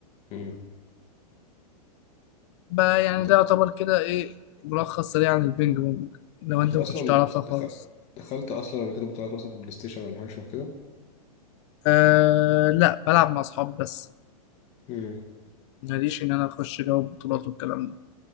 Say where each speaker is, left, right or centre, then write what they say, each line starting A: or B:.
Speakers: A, on the left; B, on the left.
A: امم
B: بقى يعني
A: انت
B: ده يعتبر كده ايه ملخص سريع عن البينج بونج لو انت
A: انت اصلا
B: ما كنتش تعرفها
A: دخل...
B: خالص
A: دخلت اصلا قبل كده بطولات مثلا في البلاي ستيشن ولا حاجه شبه كده
B: آه لا بلعب مع اصحاب بس
A: امم
B: ماليش ان انا اخش جو بطولات والكلام ده